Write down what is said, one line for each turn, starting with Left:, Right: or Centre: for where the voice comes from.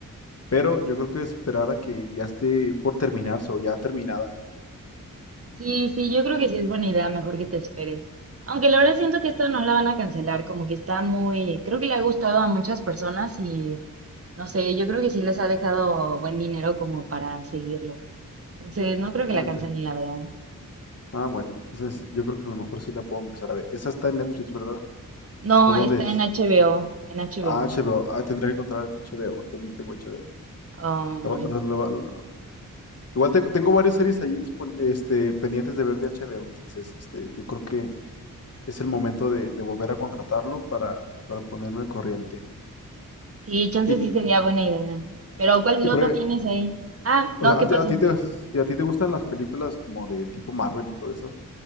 Left: pero yo creo que esperar a que ya esté por terminarse o ya terminada.
Right: Sí, sí, yo creo que sí es buena idea, mejor que te esperes. Aunque la verdad siento que esta no la van a cancelar, como que está muy, creo que le ha gustado a muchas personas y no sé, yo creo que sí les ha dejado buen dinero como para seguirle. Entonces, no creo que
Left: Ah,
Right: la
Left: ente-
Right: cancelen, la verdad.
Left: Ah, bueno, entonces yo creo que a lo mejor sí la puedo empezar a ver. Esa está en Netflix, ¿verdad?
Right: No,
Left: ¿O dónde
Right: está
Left: es?
Right: en HBO, en HBO.
Left: Ah, HBO. Ah, tendría que encontrar hasta HBO. Ahorita no tengo HBO.
Right: Ay.
Left: Lo- lo- lo- lo- Igual tengo, tengo varias series ahí dispon- este, pendientes de ver de HBO, entonces este, yo creo que es el momento de, de volver a contratarlo para, para ponerme al corriente.
Right: Sí, chance
Left: Y,
Right: sí sería buena idea. Pero ¿cuál
Left: y
Right: otro
Left: por e-
Right: tienes ahí? Ah,
Left: o
Right: no,
Left: sea,
Right: ¿qué
Left: a
Right: pasó?
Left: ti, a ti te, si a ti te gustan las películas como de tipo Marvel y todo eso,